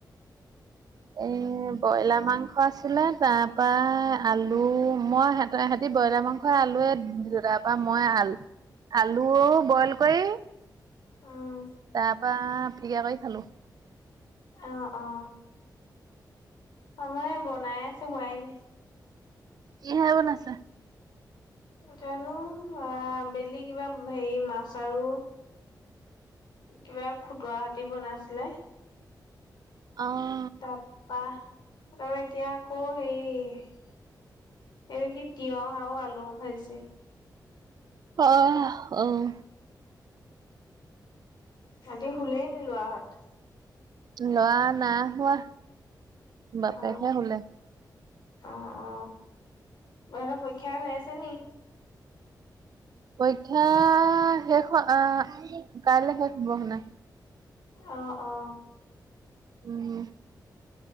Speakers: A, on the right; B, on the left.
A: এ ব্ৰইলাৰ মাংস আছিলে তাৰ পৰা আলু মই সহতে সতি ব্ৰইলাৰ মাংসৰ আলুৱে তাৰ পৰা মই আলু আলু বইল কৰি
B: উম
A: তাৰপা প্ৰিয়া কৰি খালো
B: অ অ মই বনাই আছো হোৱাই নাই
A: কিহে বনাইছা‌?
B: জানো আ বেলি কিবা হেৰি মাছ আৰু কিবা খুতুৱা হতি বনাইছিলে
A: অ
B: তাৰপা তাপৰা এতিয়া আকৌ হেৰি এটো কি তিঁয়হ আৰু আলু ভাজিছে
A: অহ অহ
B: সেতি শুলেই নি লৰাহত?
A: লৰা নাই হোৱা বাপেকহে
B: অ
A: শুলে
B: অ অ সেত পৰীক্ষা হৈ আছে নি‌?
A: পৰীক্ষা শেষ আহ কাইলৈ শেষ হব হেনো
B: অহ অ
A: উম